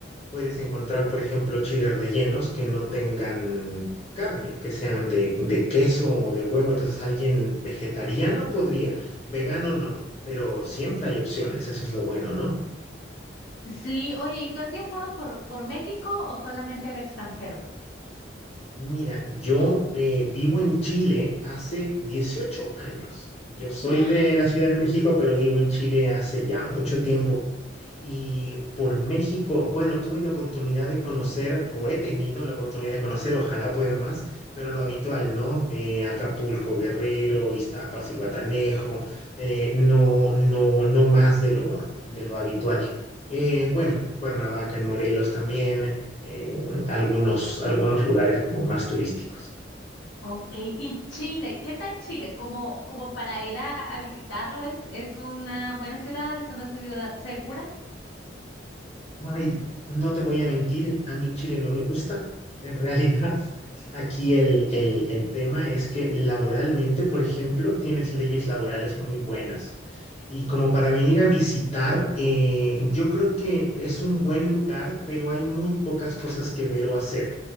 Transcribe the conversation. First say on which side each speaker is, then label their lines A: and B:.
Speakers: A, on the left; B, on the left.
A: Puedes encontrar, por ejemplo, chiles rellenos que no tengan carne, que sean de, de queso o de huevo. Entonces, alguien vegetariano podría, vegano no, pero siempre hay opciones, eso es lo bueno, ¿no?
B: Sí, oye, ¿y tú has viajado por, por México o solamente al extranjero?
A: Mira, yo eh, vivo en Chile hace 18 años. Yo soy
B: <gasps> ¡Ah!
A: de la Ciudad de México, pero vivo en Chile hace ya mucho tiempo. Y por México, bueno, tuve la oportunidad de conocer, o he tenido la oportunidad de conocer, ojalá pueda más, pero lo habitual, ¿no? Eh, Acapulco, Guerrero, Iztapas, Iguatanejo, eh, no, no, no más de lo, de lo habitual. Eh, bueno, Cuernavaca en Morelos también, eh, algunos, algunos lugares como más turísticos.
B: Ok, y Chile, ¿qué tal Chile? Como, como para ir a, a visitarlo, ¿es, es una buena ciudad? ¿Es una ciudad segura?
A: Ay, no te voy a mentir, a mí Chile no me gusta. En realidad, <laughs> aquí el, el, el tema es que laboralmente, por ejemplo, tienes leyes laborales muy buenas. Y como para venir a visitar, eh, yo creo que es un buen lugar, pero hay muy pocas cosas que ver o hacer.